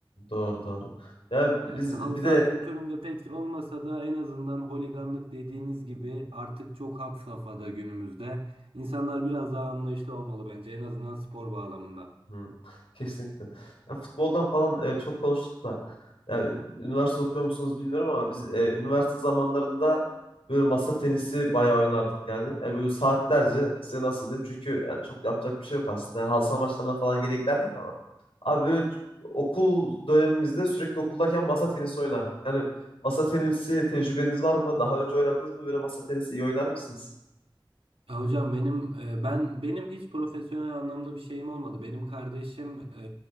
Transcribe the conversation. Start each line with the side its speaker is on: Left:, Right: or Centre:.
Left: Doğru doğru. Ya biz
Right: Yani halı
Left: bir
Right: saha
Left: de
Right: kültüründe pek olmasa da en azından holiganlık dediğiniz gibi artık çok had safhada günümüzde. İnsanlar biraz daha anlayışlı olmalı bence en azından spor bağlamında.
Left: Hı, kesinlikle. Ya futboldan falan e, çok konuştuk da. Yani üniversite okuyor musunuz bilmiyorum ama biz e, üniversite zamanlarında böyle masa tenisi bayağı oynardık yani. Yani böyle saatlerce size nasıl diyeyim çünkü yani çok yapacak bir şey yok aslında. Yani halı saha maçlarına falan gene giderdik ama. Abi böyle ç- okul dönemimizde sürekli okuldayken masa tenisi oynardık. Yani masa tenisi tecrübeniz var mı? Daha önce oynadınız mı? Böyle masa tenisi iyi oynar mısınız?
Right: Ya hocam benim e, ben benim hiç profesyonel anlamda bir şeyim olmadı. Benim kardeşim e,